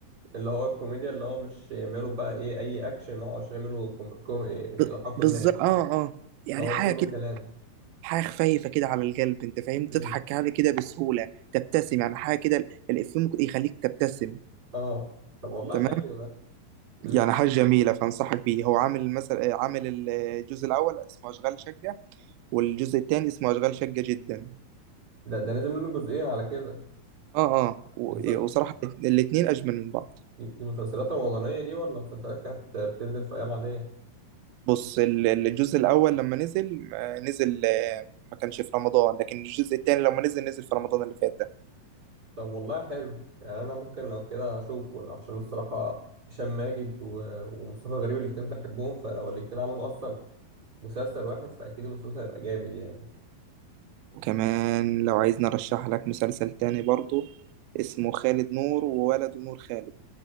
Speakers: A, on the right; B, on the right.
A: اللي هو الكوميديا اللي هو مش يعملوا بقى ايه اي اكشن اللي هو عشان يعملوا كوم كوم ايه
B: ب...
A: يضحكوا
B: بالظبط
A: الناس
B: اه اه يعني
A: اللي
B: حاجه
A: هو كله
B: كده
A: كلام
B: حاجه خفيفه كده على القلب انت فاهم
A: مم.
B: تضحك عليه كده بسهوله تبتسم يعني حاجه كده ال- الافيه ممكن يخليك تبتسم
A: اه طب والله
B: تمام
A: حلو ده مم.
B: يعني حاجه جميله فانصحك بيه هو عامل مثلا عامل الجزء الاول اسمه اشغال شقه والجزء الثاني اسمه اشغال شقه جدا
A: ده ده نازل منه جزئين على كده
B: اه اه و-
A: دي, مسل...
B: وصراحة الاتنين أجمل من بعض
A: دي دي مسلسلات رمضانية دي ولا مسلسلات كانت بتنزل في ايام عادية
B: بص ال- الجزء الأول لما نزل آه، نزل آه، ما كانش في رمضان لكن الجزء التاني لما نزل نزل في رمضان اللي فات ده
A: طب والله حلو يعني انا ممكن لو كده اشوفه عشان الصراحه هشام ماجد و- ومصطفى غريب الاتنين بحبهم فلو الاتنين عملوا اصلا مسلسل واحد فاكيد المسلسل هيبقى جامد يعني
B: وكمان لو عايزني أرشح لك مسلسل تاني برضو اسمه خالد نور وولده نور خالد